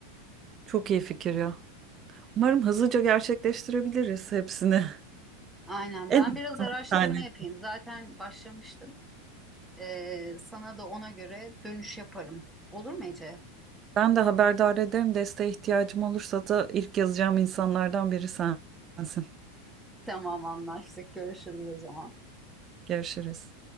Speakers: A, on the right (about 35°); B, in the centre.
A: Çok iyi fikir ya. Umarım hızlıca gerçekleştirebiliriz hepsini.
B: Aynen.
A: <laughs> En
B: Ben biraz araştırma
A: yani
B: yapayım. Zaten başlamıştım. Ee, sana da ona göre dönüş yaparım. Olur mu Ece?
A: ben de haberdar ederim. Desteğe ihtiyacım olursa da ilk yazacağım insanlardan biri sensin.
B: Tamam anlaştık. Görüşürüz o zaman.
A: Görüşürüz.